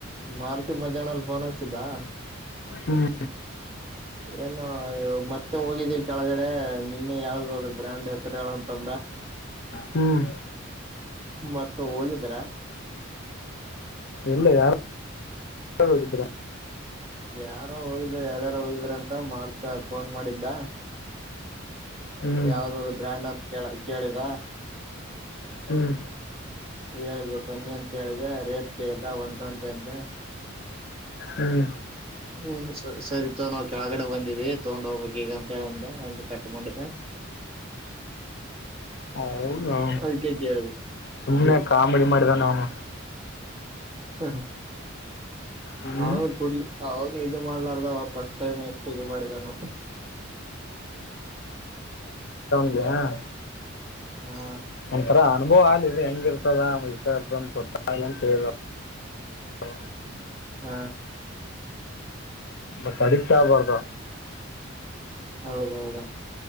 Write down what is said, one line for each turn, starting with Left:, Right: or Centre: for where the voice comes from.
Right: ಮಾರತಿ ಮಜಹಾನಲ್ಲಿ ಪೋನ್ ಹಚ್ಚಿ ಬಾ
Left: ಹ್ಮ್
Right: ಏನು ಮತ್ತೆ ಹೋಗಿದೀವಿ ಕೆಳಗಡೆ ನಿನ್ನೆ ಯಾವ್ದ ಬ್ರ್ಯಾಂಡ್ ಹೆಸರುಗಳಂತಂದ
Left: ಹ್ಮ್
Right: ಮತ್ತ ಹೋಗಿದ್ರ.
Left: ಇಲ್ಲ ಯಾರೋ ಹೋಗಿದ್ರ
Right: ಯಾರೋ ಓದಿದ್ರ ಯಾರ್ಯಾರು ಓದಿದ್ರ ಅಂತ ಮಾರ್ಕ್ ಫೋನ್ ಮಾಡಿದ್ದ
Left: ಹ್ಞೂ
Right: ಯಾವ್ದ್ದ ಬ್ರ್ಯಾಂಡ್ ಅಂತ ಕ ಕೇಳಿದ
Left: ಹ್ಮ್
Right: ಹೇಳ್ದ ಸನ್ನಿ ಅಂತ ಕೇಳಿದೆ ರೇಟ್ ಕೇಳ್ದ ಒಂದ ಟ್ವೆಂಟಿ ಅಂದೆ
Left: ಹ್ಮ್
Right: ಹ್ಮ ಸರಿತ ನಾವು ಕೆಳಗಡೆ ಬಂದೀವಿ ತಗೊಂಡ್ ಹೋಗ್ಬೇಕ್ ಈಗಂತ ಹೇಳ ಒ ಕಟ್ ಮಾಡಿದ್ದ
Left: ಹೌದಾ
Right: ಅದಕ್ಕೆ ಕೇಳಿದೆ
Left: ಸುಮ್ಮ್ನೆ ಕಾಮಿಡಿ ಮಾಡಿದ ಅವನು
Right: ಹ
Left: ಹ್ಞೂ
Right: ನಾವೇನ ಕೊಡ್ಲಿ ಅವನು ಇ ಮಾಡ್ಲಾರ್ದ ಫಸ್ಟ್ ಟೈಮ್ ಎಷ್ಟು ಇದ ಮಾಡಿದಾನ ನೋಡು
Left: ಹಾ
Right: ಹಾ
Left: ಒಂಥರ ಅನುಭವ್ ಅಲದೆ ಹೆಂಗ ಇರ್ತದ ವಿರನ್ ಗೊತ್ತಾಗ ಅಂತ ಹೇಳ ಹಾ
Right: ಹ್ಮ ಹ
Left: ಮತ್ತ್ ಅಡ ಚ ಆಗ್ಬಾರ್ದು
Right: ಹೌದಹೌದ